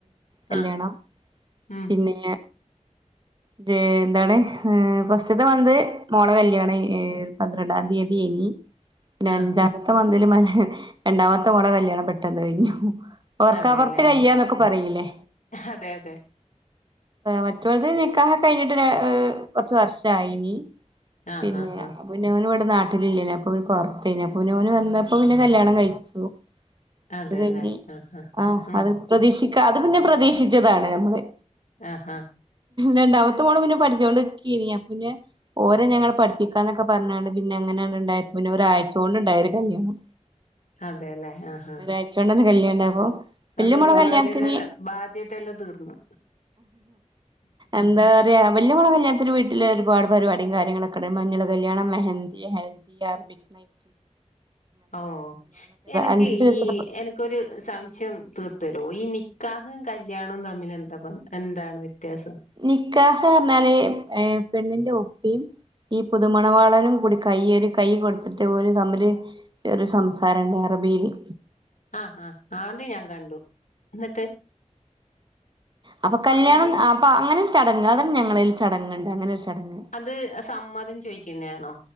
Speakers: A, on the right; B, on the left.
A: കല്യാണം
B: ആഹ് ഉം
A: പിന്നേ ന്നേ എന്താണ് ഏഹ് ഫസ്റ്റത്തെ മന്ത് മോളേ കല്യാണായി- പന്ത്രണ്ടാം തീയതി ഇനി പിന്നെ
B: ആഹ്
A: അഞ്ചാം <unintelligible> മന്തീല് മ രണ്ടാമത്തെ മോൾടെ കല്യാണം പെട്ടെന്നഴിഞ്ഞു ഓർക്കപൊറത്ത്
B: അതെല്ലേ
A: കഴിയുക എന്നൊക്കെ പറയില്ലേ
B: അതെ അതെ
A: മറ്റുപോലതെന്ന ആഹ് കഴിഞ്ഞിട്ടൊരാ കൊറച്ച് വർഷായിനി
B: ആഹ്
A: പിന്നെ
B: ആഹ് ആഹ്
A: പിന്നോനിവടെ നാട്ടിലില്ലേന് അപ്പം പുറത്തേനു അപ്പോനു വന്നപ്പോ പിന്നെ കല്യാണം കഴിച്ചു
B: അതെല്ലേ
A: അത് കഴിഞ്ഞി
B: ആഹ് ആഹ്
A: ആഹ
B: ഉം
A: അത് പ്രതീക്ഷിക്കാ അത് പിന്നെ പ്രതീക്ഷിച്ചതാണ് നമ്മളെ
B: ആഹ് ആഹ്
A: രണ്ടാമത്തെ മോള് പിന്നെ പഠിച്ചോണ്ടിക്കീനിഅപ്പിന്നെ ഓരെ ഞങ്ങള് പഠിപ്പിക്കാന്നൊക്കെ പറഞ്ഞാണ്ട് പിന്നെ അങ്ങനെയാണ് ഇണ്ടായപ്പോ പിന്നെ ഒരാഴ്ച്ച കൊണ്ടിണ്ടായൊരു കല്യാണം
B: അതെയല്ലേ ആഹ് ആഹ്
A: ഒരാഴ്ച കൊണ്ടന്നെ കല്യാണം ഇണ്ടായപ്പോ
B: അതുകൊണ്ട്
A: വല്യ മോളെ കല്യാണത്തിന്
B: ബാധ്യതേലാ ബാധ്യതെല്ലാം തീർന്ന്
A: എന്താ ഏറിയ വല്ല്യമോളെ കല്യാണത്തിന്റെ വീട്ടില് ഒരുപാട് പരിപാടി കാര്യങ്ങളൊക്കെ ഒണ്ട് മഞ്ഞള് കല്യാണം മെഹന്തി ഹെ- ദി ആർ ബിറ്റ് മൈറ്റ്
B: ഓ എനക്ക്
A: അഞ്ചു ദിവസത്തെ
B: ഈ എന- ക്കൊരു സംശയം തീർത്തരുവോ ഈ നിക്കാഹും കല്യാണവും തമ്മിൽ എന്താ ബന്ധം എന്താണ് വ്യത്യാസം
A: നിക്കാഹ്റഞ്ഞാലെ ഏഹ് പെണ്ണിന്റെ ഉപ്പയും ഈ പുതുമണവാളനും കൂടി കൈയൊരു കൈ കൊടുത്തിട്ട് ഓല് തമ്മില് വെറു സംസാരുണ്ട് അറബിലെ
B: ആഹാ ആഹാ ആദ്യേ ഞാൻ കണ്ടു എന്നിട്ട്
A: അപ്പൊ കല്യാണം
B: അവര്
A: അപ്പാ അങ്ങനൊരു ചടങ്ങ് അതും ഞങ്ങളിൽ ചടങ്ങിണ്ട് അങ്ങനൊരു ചടങ്ങ്
B: അത് സമ്മതം ചോയിക്കുന്നെയാണോ